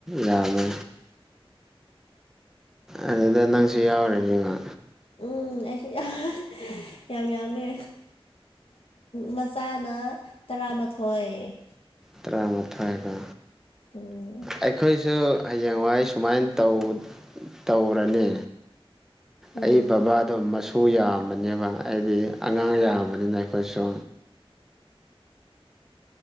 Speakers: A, in the centre; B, on the left (about 75°).
A: ꯌꯥꯃꯦ ꯑꯗꯨꯗ ꯅꯪꯁꯨ ꯌꯥꯎꯔꯦꯅꯤꯉ
B: ꯎꯝ ꯑꯩꯁꯨ ꯌꯥꯝ ꯌꯥꯝ ꯌꯥꯝꯃꯦ ꯃꯆꯥꯅ ꯇꯔꯥꯃꯥꯊꯣꯏ
A: ꯇꯔꯥꯃꯥꯊꯣꯏꯀꯣ
B: ꯎꯝ
A: ꯑꯩꯈꯣꯏꯁꯨ ꯍꯌꯦꯡꯋꯥꯏ ꯁꯨꯃꯥꯏꯧ ꯇꯧꯔꯅꯤ
B: ꯎꯝ
A: ꯑꯩ ꯕꯕꯥꯗꯣ ꯃꯁ ꯁꯨ ꯌꯥꯝꯕꯅꯦꯕ ꯑꯩꯗꯤ ꯑꯉꯥꯡ ꯌꯥꯝꯕꯅꯤꯅ ꯑꯩꯈꯣꯏꯁꯨ